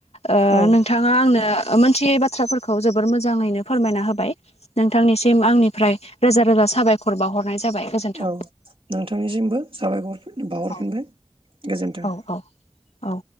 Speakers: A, on the left (about 85°); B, on the right (about 60°).
A: ओ
B: औ
A: नोंथाङा आंनो मोनथियै बाथ्राफोरखौ जोबोर मोजाङैनो फोरमायना होबाय। नोंथांनिसिम आंनिफ्राय रोजा रोजा साबायखर बावाहरनाय जाबाय। गोजोन्थों
B: औ नोंथांनिसिमबो साबायखर बावहरफिनबाय
A: औ
B: गोजोन्थों।
A: औ औ औ।